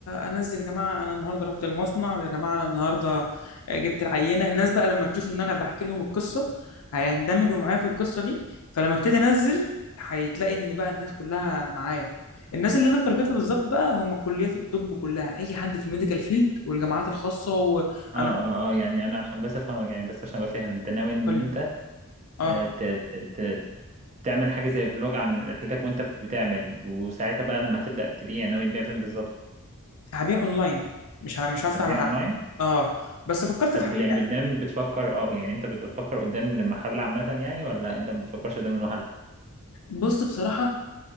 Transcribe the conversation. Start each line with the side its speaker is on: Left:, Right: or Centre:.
Left: انزل يا جماعه انا النهارده رحت المصنع ويا جماعه انا النهارده جبت العينه الناس بقى لما تشوف ان انا بحكي لهم القصه هيندمجوا معايا في القصه دي فلما ابتدي انزل هتلاقي ان بقى الناس كلها معايا الناس اللي انا مترجتها بالظبط بقى هم كليات الطب كلها اي حد في الميديكال فيلد والجامعات الخاصه وانا
Right: اه اه اه يعني انا عشان بس افهمك يعني بس عشان ابقى فاهم انت ناوي ان
Left: قول لي
Right: انت
Left: اه
Right: آه، ت- ت- ت- تعمل حاجة زي فلوج عن رحلتك وانت بتعمل وساعتها بقى لما هتبدأ تبيع ناوي تبيع فين بالظبط
Left: هبيع اونلاين مش ه- مش هفتح
Right: هتبيع
Left: محل
Right: اونلاين
Left: اه بس فكرت
Right: طب
Left: في حل
Right: يعني
Left: تاني
Right: قدام بتفكر اه يعني انت بتفكر قدام المحل عامة يعني ولا انت ما بتفكرش قدام المحل
Left: بص بصراحه